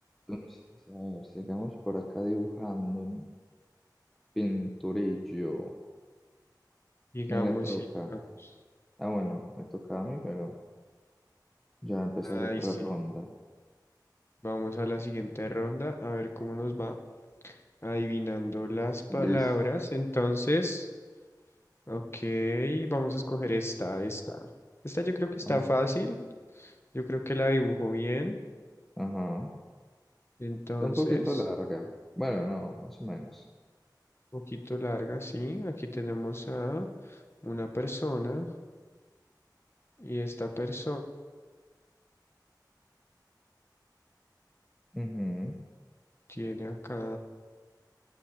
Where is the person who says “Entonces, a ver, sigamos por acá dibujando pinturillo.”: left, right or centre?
Centre